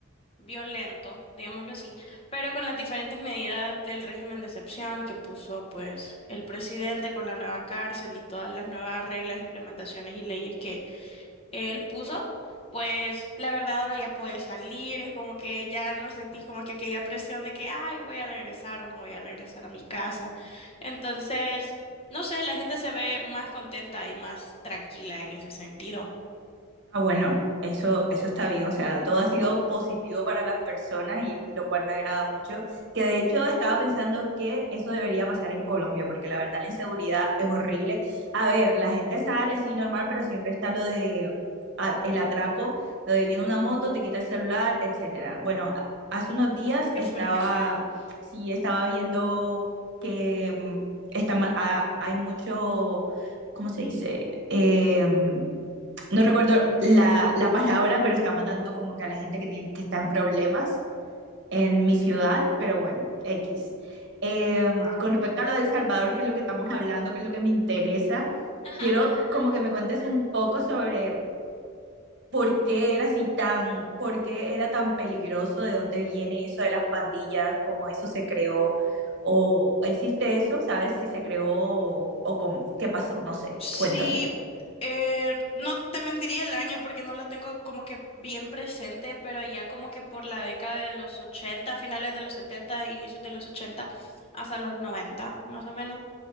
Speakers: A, on the left; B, on the right.
A: violento, digámoslo así, pero con las diferentes medidas del régimen de excepción que puso pues el presidente con la nueva cárcel y todas las nuevas reglas, implementaciones y leyes que él puso, pues la verdad ahora ya puedes salir, es como que ya no sentís como que aquella presión de que, ay, voy a regresar o no voy a regresar a mi casa. Entonces, no sé, la gente se ve más contenta y más tranquila en ese sentido.
B: Ah, bueno, eso, eso está bien, o sea, todo ha sido positivo para las personas y lo cual me agrada mucho, que de hecho estaba pensando que eso debería pasar en Colombia, porque la verdad la inseguridad es horrible. A ver, la gente sale, sí, normal, pero siempre está lo de a- el atraco, lo de viene una moto, te quita el celular, etcétera. Bueno, a- hace unos días
A: Qué
B: estaba,
A: feo.
B: sí, estaba viendo que mm, está, ma- ha- hay mucho, ¿cómo se dice? Em, no recuerdo la, la palabra, pero está matando como que a la gente que, tiene, que está en problemas en mi ciudad, pero bueno, X. Eh,
A: Wow.
B: con respecto a lo de El Salvador, que es lo que estamos hablando, que es lo que me interesa,
A: <laughs>
B: quiero como que me cuentes un poco sobre por qué era así tan, por qué era tan peligroso, de dónde viene eso de las pandillas, cómo eso se creó, o existe eso, ¿sabes? Si se creó o, o cómo, qué pasó, no sé,
A: Sí,
B: cuéntame.
A: eh, no te mentiría el año porque no lo tengo como que bien presente, pero ya como que por la década de los ochenta finales de los setenta inicios de los 80 hasta los 90 más o menos.